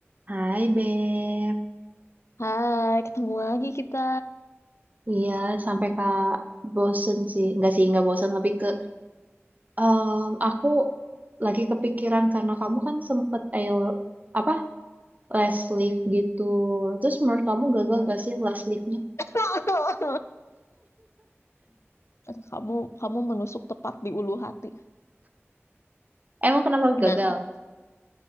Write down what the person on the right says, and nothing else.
Hai Beb,
iya sampai kak bosen sih, nggak sih nggak bosen lebih ke em, aku lagi kepikiran karena kamu kan sempet ail apa last lift gitu, terus menurut kamu
gagal gak sih last liftnya?
Emang kenapa
gagal?